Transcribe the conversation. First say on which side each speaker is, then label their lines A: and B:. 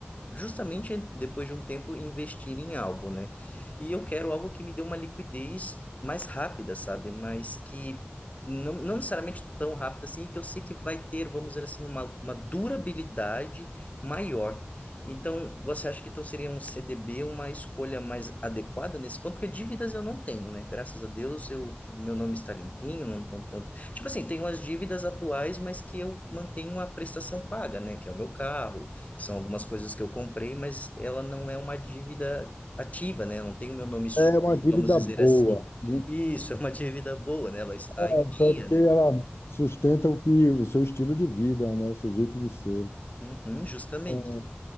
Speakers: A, on the left; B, on the left.
A: justamente depois de um tempo investir em algo, né? E eu quero algo que me dê uma liquidez mais rápida, sabe? Mas que não, não necessariamente tão rápida assim, que eu sei que vai ter, vamos dizer assim, uma, uma durabilidade maior. Então, você acha que então seria um CDB uma escolha mais adequada nesse ponto? Porque dívidas eu não tenho, né? Graças a Deus, eu, meu nome está limpinho, não, não, não- Tipo assim, tenho as dívidas atuais, mas que eu mantenho a prestação paga, né? Que é o meu carro, são algumas coisas que eu comprei, mas ela não é uma dívida ativa, né? Eu Não tem o meu nome sujo,
B: É uma dívida
A: vamos dizer
B: boa,
A: assim.
B: muito
A: Isso, é uma dívida boa, né? Ela está
B: boa,
A: em dia,
B: porque
A: né?
B: ela sustenta o, que, o seu estilo de vida, né? O seu jeito de ser.
A: Uhum, justamente.
B: Então,